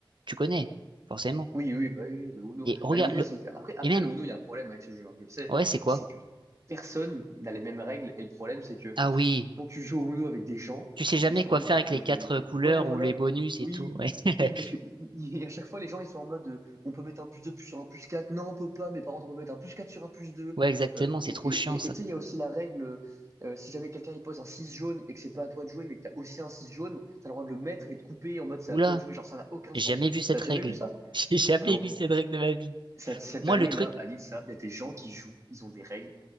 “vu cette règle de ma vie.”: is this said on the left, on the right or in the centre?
Right